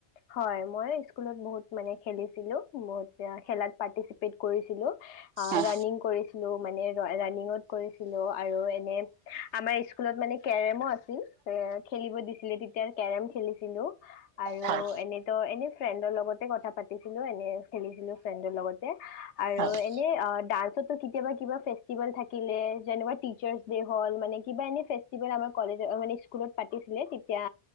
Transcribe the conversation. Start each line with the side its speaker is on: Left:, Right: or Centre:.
Left: হয় মই, স্কুলত বহুত মানে খেলিছিলো বহুত খেলাত পাৰ্টিচিপেট কৰিছিলোঁ
Right: অ'
Left: ৰাণিং কৰিছিলোঁ মানে ৰানিঙত কৰিছিলো আৰু এনে আমাৰ স্কুলত মানে কেৰমো আছিল এ খেলিব দিছিলে তেতিয়া কেৰম খেলিছিল। ছিলো। আৰু
Right: হয়
Left: এনে ফ্ৰেণ্ডৰ লগ তে কথা পাতিছিলো এনে খেলছিলো ফ্ৰেন্ডৰ লগতে আৰু
Right: হয়
Left: এনে ডান্সটো কেতিয়াবা কিবা ফেষ্টেভল থাকিলে যেনেবা টিচচাৰ ডে হ'ল মানে কিবা এনে ফেষ্টিভেল আমাৰ কলেজ মানে স্কুলত পাতিছিলে তেতিয়া